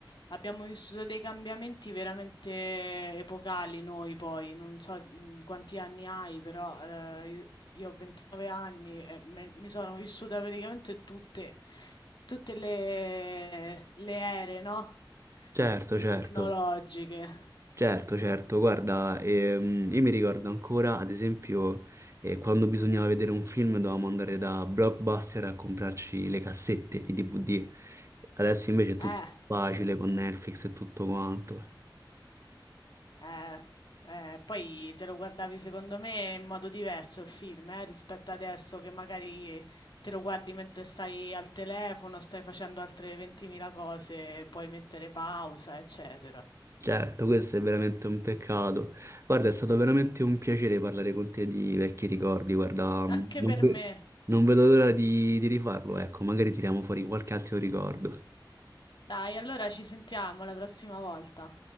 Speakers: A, on the left; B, on the right.
A: abbiamo vissuto dei cambiamenti veramente epocali noi poi, non so mh, quanti anni hai, però eh, io io ho 29 anni e me- mi sono vissuta praticamente tutte, tutte le, le ere, no?
B: Certo,
A: Le
B: certo.
A: tecnologiche.
B: Certo, certo, guarda, ehm, io mi ricordo ancora, ad esempio, eh, quando bisognava vedere un film dovevamo andare da Blockbuster a comprarci le cassette di DVD, adesso invece è
A: Eh,
B: tutto facile
A: sì.
B: con Netflix e tutto quanto.
A: Eh, eh, poi te lo guardavi secondo me in modo diverso il film, eh, rispetto adesso che magari te lo guardi mentre stai al telefono, stai facendo altre 20.000 cose, puoi mettere pausa, eccetera.
B: Certo, questo è veramente un peccato. Guarda, è stato veramente un piacere parlare con te di vecchi ricordi, guarda,
A: Anche
B: non, ve-
A: per me.
B: non vedo l'ora di, di rifarlo, ecco, magari tiriamo fuori qualche altro ricordo.
A: Dai, allora ci sentiamo la prossima volta.